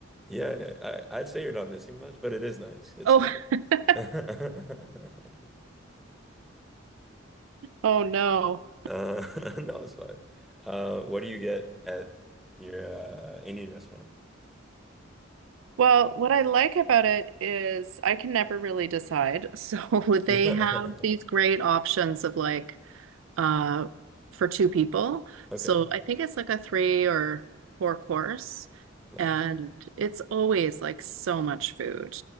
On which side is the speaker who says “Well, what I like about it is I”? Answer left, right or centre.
Right